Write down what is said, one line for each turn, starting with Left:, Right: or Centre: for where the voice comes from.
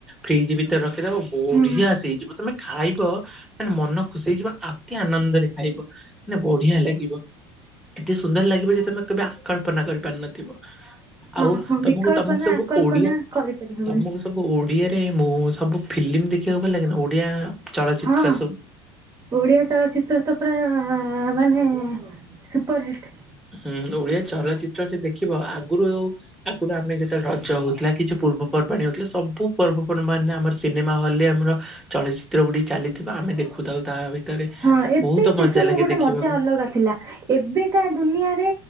Centre: ଫ୍ରିଜ୍ ବି ରଖିଦେବ ବଢିଆ
Right: ହୁଁ
Centre: ଆସ ହେଇଯିବ। ତମେ ଖାଇବ ମାନେ ମନ ଖୁସି ହେଇଯିବ, ଅତି ଆନନ୍ଦରେ ଖାଇବ। ମାନେ ବଢିଆ ଲାଗିବ ଏତେ ସୁନ୍ଦର ଲାଗିବ ଯେ, ତମେ କେବେ ଆକଳ୍ପନା କରିପାରିନଥିବ।
Right: ହଁ
Centre: ଆଉ
Right: ହଁ
Centre: ତମକୁ
Right: ବିକଳ୍ପ
Centre: ତମକୁ
Right: ନା
Centre: ସବୁ
Right: ଆକଳ୍ପ
Centre: ଓଡିଆ,
Right: ନା କରିପାରି ହବନି
Centre: ତମକୁ ସବୁ ଓଡିଆରେ ମୁଁ ସବୁ ଫିଲ୍ମ ଦେଖିବାକୁ ଭଲ ଲାଗେନା ଓଡିଆ ଚଳଚିତ୍ର
Right: ହଁ,
Centre: ସବୁ?
Right: ଓଡ଼ିିଆ ଚଳଚିତ୍ର ତାପ ମାନେ ସୁପରହିଟ୍।
Centre: ହୁଁ, ଓଡିଆ ଚଳଚିତ୍ର ସେ ଦେଖି ଦେଖିବ ଆଗରୁ ଆଉ ଆଗରୁ ଆମେ ଯେତେବେଳେ ରଜ ହଉଥିଲା କିଛି ପୂର୍ବପର୍ବାଣିୀ ହଉଥିଲା ସବୁ ପର୍ବପର୍ବାଣି ରେ ଆମର ସିନେମା ହଲ ରେ ଆମର ଚଳଚିତ୍ର ଗୁଡିକ ଚାଲିଥିବା ଆମେ ଦେଖୁଥାଉ ତା ଭିତରେ।
Right: ହଁ ଏବେ
Centre: ବହୁତ
Right: ସେ
Centre: ମଜା
Right: ସବୁ
Centre: ଲାଗେ
Right: ଗୋଟେ
Centre: ଦେଖିବାକୁ
Right: ମଜା ଅଲଗା ଥିଲା ଏବେ କା ଦୁନିଆରେ